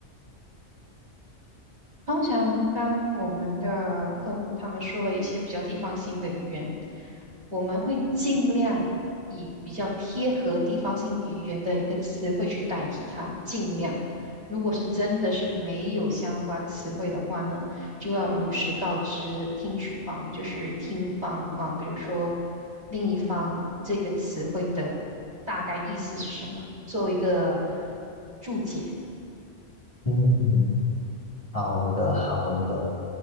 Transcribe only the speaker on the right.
通常，当我们的客户他们说了一些比较地方性的语言，我们会尽量以比较贴合地方性语言的一个词汇去代替它。尽量，如果是真的是没有相关词汇的话呢，就要如实告知听取方，就是听方啊，比如说另一方这个词汇的大概意思是什么，做一个注解。